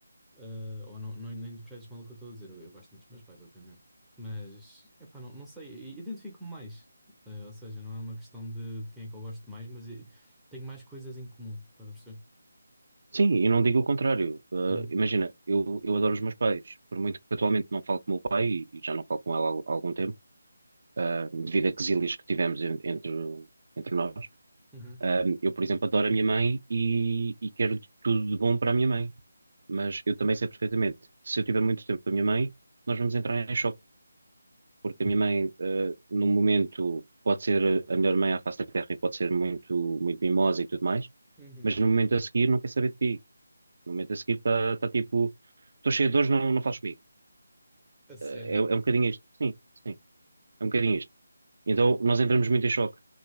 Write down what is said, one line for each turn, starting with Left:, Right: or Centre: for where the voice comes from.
Centre: Ah, ou não, não, não interpretes mal o que eu estou a dizer. Eu, eu gosto muito dos meus pais, obviamente. Mas, epá, não, não sei. i- Identifico-me mais. Ah, ou seja, não é uma questão de, de quem é que eu gosto mais, mas i- tenho mais coisas em comum. Estás a perceber?
Right: Sim, e não digo o contrário. Uh,
Centre: Uhum.
Right: imagina, eu, eu adoro os meus pais, por muito que atualmente não falo com o meu pai, e, e já não falo com ela há, al- algum tempo, uh, devido a quezílias que tivemos en- entre, entre nós.
Centre: Uhum.
Right: Um, eu, por exemplo, adoro a minha mãe e, e quero de tudo de bom para a minha mãe, mas eu também sei perfeitamente que se eu tiver muito tempo com a minha mãe, nós vamos entrar em choque, porque
Centre: Ok.
Right: a minha mãe, uh, num momento, pode ser a melhor mãe à face da terra e pode ser muito, muito mimosa e tudo mais,
Centre: Uhum.
Right: mas no momento a seguir não quer saber de ti no momento a seguir está tá, tipo, estou cheio de dores, não, não fales comigo.
Centre: A sério?
Right: Eh, É, é um bocadinho isto. Sim, sim, é um bocadinho isto. Então nós entramos muito em choque.